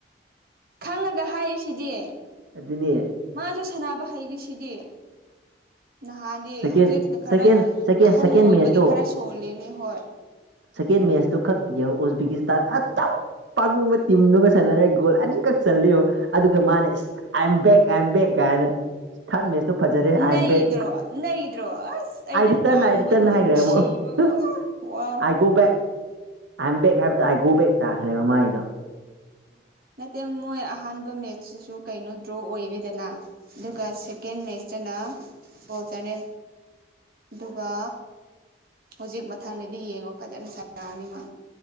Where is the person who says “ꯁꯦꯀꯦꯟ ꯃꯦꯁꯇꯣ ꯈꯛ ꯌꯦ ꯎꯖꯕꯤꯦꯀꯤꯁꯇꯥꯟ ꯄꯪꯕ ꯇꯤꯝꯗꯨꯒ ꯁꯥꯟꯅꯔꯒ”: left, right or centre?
Right